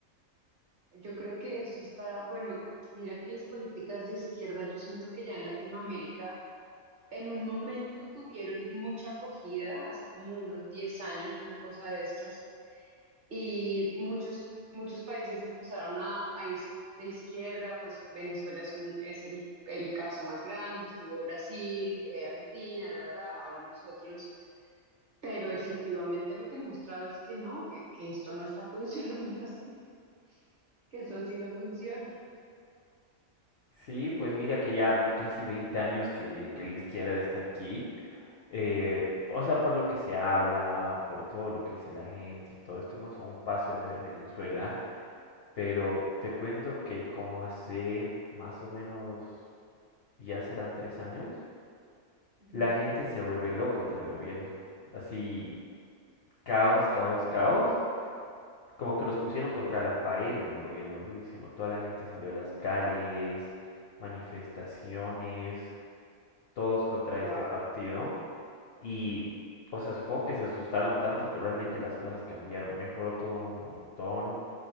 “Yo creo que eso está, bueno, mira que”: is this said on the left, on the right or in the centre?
Right